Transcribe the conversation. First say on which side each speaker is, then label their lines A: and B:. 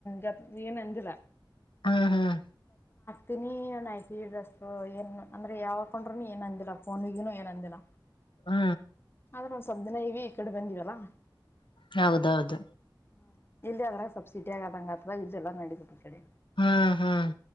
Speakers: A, on the left (about 30°); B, on the left (about 80°).
A: ಗತ್ ನೀ ಏನ್ ಅಂದಿಲ್ಲ
B: ಹ್ಮ್ ಹ್ಮ್
A: ತಿನಿಯಣ್ಣಯ್ತಿ ಈ ಡ್ರೆಸ್ಸು ಏನ್ ಅಂದ್ರೆ ಯಾವಕೊಂಡ್ರೂನು ಏನ್ ಅಂದಿಲ್ಲ ಫೋನಿಗನು ಏನ್ ಅಂದಿಲ್ಲ.
B: ಹ್ಮ
A: ಆದ್ರ ಒಂದ್ ಸಲ್ಪ್ ದಿನ ಹೆವಿ ಕಡೆ ಬಂದಿವಲ್ಲಾ
B: ಹೌದೌದು
A: ಹ್ಮ ಇಲ್ಲಿ ಆದ್ರ ಸಬ್ಸಿಡಿ ಆಗದಂಗ ಅಥವಾ ಇಲ್ಲಯಲ್ಲ ನಡಿತದ್ ಆ ಕಡೆ
B: ಹ್ ಹ್ಮ್